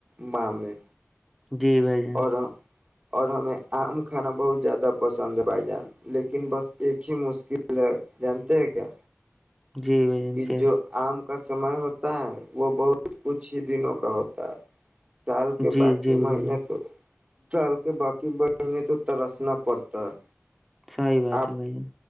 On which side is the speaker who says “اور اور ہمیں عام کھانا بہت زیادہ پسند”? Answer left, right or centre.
Right